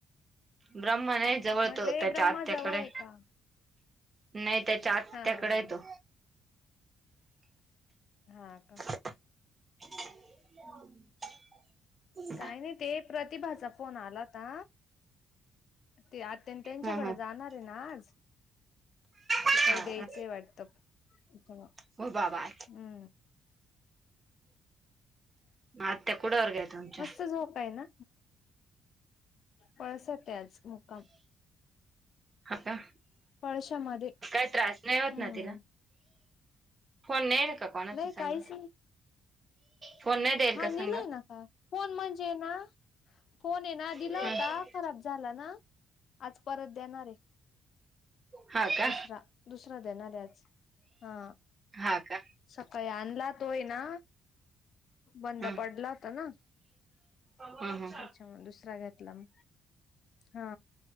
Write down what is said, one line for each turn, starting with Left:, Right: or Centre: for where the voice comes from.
Right: ब्रह्मण आहे जवळ
Left: म्हटलं
Right: तो
Left: हे
Right: त्याच्या
Left: ब्रह्मा
Right: आत्याकडे
Left: जवळ आहे का
Right: नाही त्याच्या आत्या
Left: हा हा
Right: कड हाय
Left: हा
Right: तो
Left: हा का
Right: <inaudible>
Left: काही नाही ते प्रतिभाचा फोन आलाता ते आत्या त्यांच्याकड
Right: हा
Left: जाणार हाय ना आज
Right: हा
Left: ते काय द्यायचंय वाटतं हू
Right: हो बाबा. आत्या कुड वर गेल्या होत्या
Left: झोपायला पळसात हाय आज मुक्काम
Right: हो का
Left: पळशामध्ये
Right: काय त्रास नाही
Left: हम्म
Right: होत ना तिला फोन नाहीये का कोणाचा
Left: नाही
Right: संग?
Left: काहीच
Right: फोन नाही देईल
Left: हा
Right: का संग?
Left: नेलय ना का फोन म्हणजे ना फोन ये ना दिला
Right: हम्म.
Left: होता खराब झाला ना आज परत देणार हाय
Right: हा का?
Left: दुसरा दुसरा देणार हाय आज हा
Right: हा का?
Left: सकाळी आणला तो हे ना बंद
Right: हम्म.
Left: पडला होता ना
Right: हम्म हम्म.
Left: त्याच्यामुळे दुसरा घेतला म हा